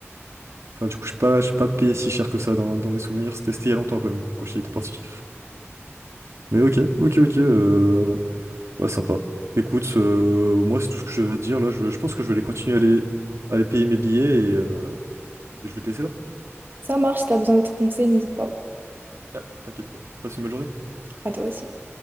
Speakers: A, on the right; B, on the right.
A: Enfin, du coup, je n'ai pas, j'ai pas payé si cher que ça dans, dans mes souvenirs. C'était c'était il y a longtemps quand même, quand j'y étais parti. Mais ok, ok, ok. euh, Ouais, sympa. Écoute, euh, moi, c'est tout ce que je veux dire. Là, je, je pense que je vais aller continuer à aller, à aller payer mes billets et euh, je vais te laisser là.
B: Ça marche, si t'as besoin d'autres conseils, n'hésite pas.
A: Ah, t'inquiète pas. Passe une bonne journée.
B: À toi aussi.